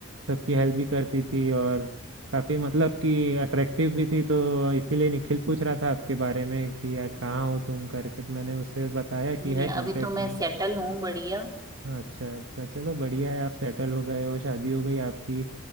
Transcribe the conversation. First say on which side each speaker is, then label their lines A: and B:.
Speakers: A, on the right; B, on the right.
A: सबकी हेल्प भी करती थी और काफी मतलब कि अट्रैक्टिव भी थी तो इसीलिए निखिल पूछ रहा था आपके बारे में कि यार कहाँ हो तुम करके तो मैंने उसे बताया कि
B: नहीं
A: है कांटेक्ट
B: अभी तो मैं
A: में
B: सेटल हूँ बढ़िया
A: अच्छा अच्छा चलो बढ़िया है आप सेटल हो गए हो शादी हो गई आपकी